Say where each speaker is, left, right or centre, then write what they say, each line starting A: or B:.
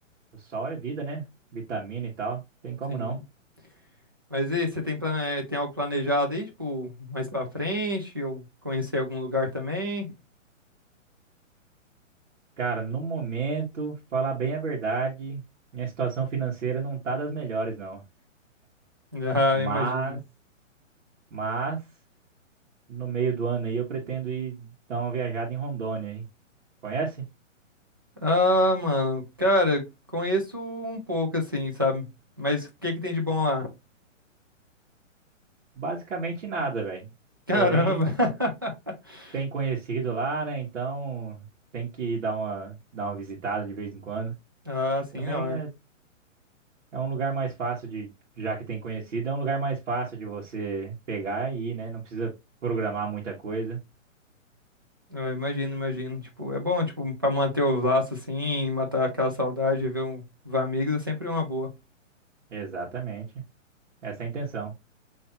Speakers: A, on the right; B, on the right.
A: O sol é vida, né? Vitamina e tal, tem como
B: Sim.
A: não.
B: Mas e aí, você tem, plane... tem algo planejado aí, tipo, mais pra frente, ou conhecer algum lugar também?
A: Cara, no momento, falar bem a verdade, minha situação financeira não tá das melhores, não.
B: Ah,
A: Mas,
B: imagino.
A: mas, no meio do ano aí eu pretendo ir dar uma viajada em Rondônia, hein? Conhece?
B: Ah, mano, cara, conheço um pouco assim, sabe? Mas o que que tem de bom lá?
A: Basicamente nada, velho.
B: Caramba!
A: Porém,
B: <laughs>
A: tem conhecido lá, né? Então tem que ir dar uma, dar uma visitada de vez em quando.
B: Ah, sim,
A: Também
B: não, é.
A: é, é um lugar mais fácil de, já que tem conhecido, é um lugar mais fácil de você pegar e ir, né? Não precisa programar muita coisa.
B: Eu imagino, imagino. Tipo, é bom, tipo, pra manter os laços assim, matar aquela saudade, ver um, ver amigos é sempre uma boa.
A: Exatamente. Essa é a intenção.